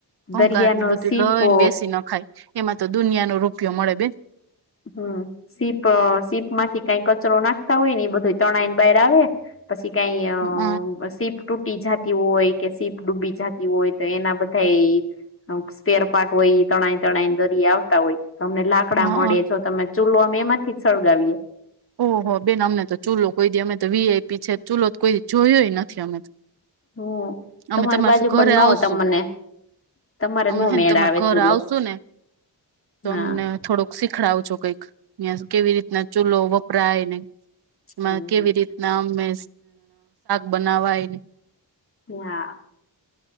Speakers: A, on the right (about 60°); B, on the left (about 30°).
A: ભંગાાર
B: દરિયાનો
A: ને બધું
B: સીપો
A: લઈને વસી નાખાય એમાં તો દુનિયા નો રૂપિયો મળે બે
B: હમ સીપ સીપ માંથી કઈ કચરો નાખતા હોય ને એ બધું ચણ ને બહાર આવે પછી કઈ
A: હ
B: સી તૂટી જતી હોય કે સીપ ડૂબી જતી હોય તો એના બધા સ્પેર પાર્ટ હોય તણાય તણાઈ દરી આવતા હોય તમને લાકડા
A: હ
B: મળે જો તમે ચૂલો અમે એમાંથી સળગાવીએ
A: ઓહ બેન અમને તો ચૂલો કોઈ દી અમે તો વીઆઈપી છે ચૂલો કોઈી જોયો નથી અમે તો
B: હમ
A: અમે
B: તમારી
A: તમારા
B: બાજુ
A: સુ ઘરે
B: પણ
A: આવશું
B: ન તમને તમારે
A: અમે
B: નો
A: હેને
B: મેળ
A: તમાર
B: આવે
A: ઘર
B: ચૂલો
A: આવશુ ને તો
B: હા
A: અમને થોડોક શીખડાવ છો કઈક અ્યાં કેવી રીતના ચૂલો વપરાયનેમાં
B: હમ
A: કેવી
B: હમ
A: રીતના અમે બનાવાય ને
B: હા